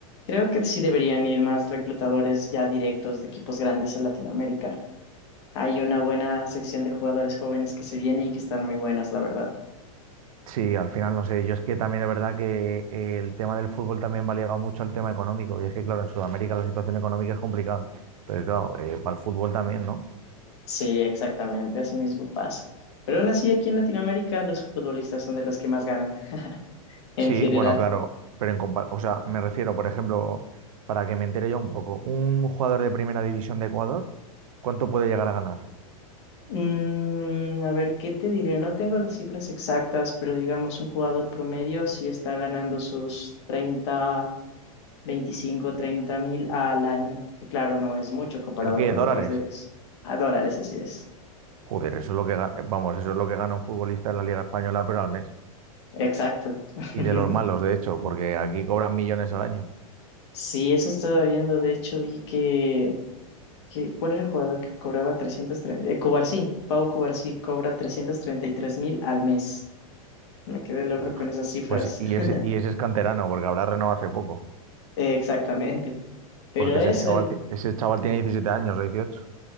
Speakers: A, on the left; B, on the right.
A: Creo que sí deberían ir más reclutadores ya directos de equipos grandes a Latinoamérica. Hay una buena sección de jugadores jóvenes que se viene y que están muy buenos, la verdad.
B: Sí, al final no sé, yo es que también es verdad que eh, el tema del fútbol también va ligado mucho al tema económico, y es que claro, en Sudamérica la situación económica es complicada. Entonces, claro, eh, para el fútbol también, ¿no?
A: Sí, exactamente, así mismo pasa. Pero aún así, aquí en Latinoamérica, los futbolistas son de los que más ganan, en
B: Sí,
A: general.
B: bueno, claro, pero en compar- o sea, me refiero, por ejemplo, para que me entere yo un poco, un jugador de primera división de Ecuador, ¿cuánto puede llegar a ganar?
A: Mm, a ver, ¿qué te diré? No tengo las cifras exactas, pero digamos, un jugador promedio sí está ganando sus 30, 25, treinta mil al año, que claro, no es mucho comparado
B: ¿El qué?
A: con
B: ¿Dólares?
A: otras Bien. ligas. A dólares, así es.
B: Joder, eso es lo que ga- vamos, eso es lo que gana un futbolista en la Liga Española, pero al mes.
A: Exacto. <laughs>
B: Y de los malos, de hecho, porque aquí cobran millones al año.
A: Sí, eso estaba viendo. De hecho, vi que ¿Qué? ¿Cuál era el jugador que cobraba 330? Eh, Cubarsí, Pau Cubarsí cobra 333 mil al mes. Me quedé loco
B: Uf.
A: con esas cifras.
B: Pues y ese,
A: <laughs>
B: y ese es canterano, porque habrá renovado hace poco,
A: Eh, Exactamente. Pero
B: porque ese
A: eso,
B: chaval,
A: y-
B: ti- ese chaval tiene diecisiete años o 18.